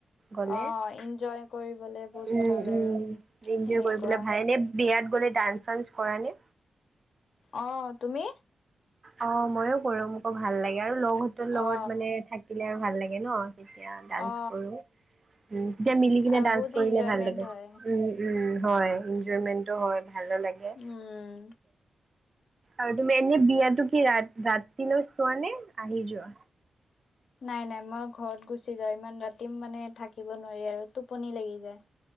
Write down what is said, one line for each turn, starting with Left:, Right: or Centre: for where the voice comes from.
Right: গ'লে
Left: অ ইনজয় কৰিবলে বহুত
Right: উম,
Left: ভাল
Right: উম,
Left: আৰু
Right: এনজয়
Left: সেনেকুৱা
Right: কৰিবলৈ ভাল এনে বিয়াত গ'লে ডান্স চান্স কৰা নে?
Left: অ', তুমি?
Right: অ' মইয়ো কৰো মোকো ভাল লাগে আৰু লগ হতঁৰ লগত
Left: অ
Right: মানে থাকিলে আৰু ভাল লাগে ন। তেতিয়া ডান্স
Left: অ
Right: কৰোঁ, তেতিয়া মিলি কিনে
Left: আৰু
Right: ডান্স
Left: বহুত
Right: কৰিলে
Left: ইনজয়মেন্ট
Right: ভাল লাগে।
Left: হয়
Right: উ' উম' হয় এনজয়মেন্টো হয় ভালো লাগে।
Left: উম
Right: আৰু তুমি এনে বিয়াতো কি ৰাতি ৰাতিলৈ চোৱা নে? আহি যোৱা,
Left: নাই নাই মই ঘৰত গুচি যাওঁ। ইমান ৰাতি মানে থাকিব নোৱাৰি আৰু টোপনি লাগি যায়।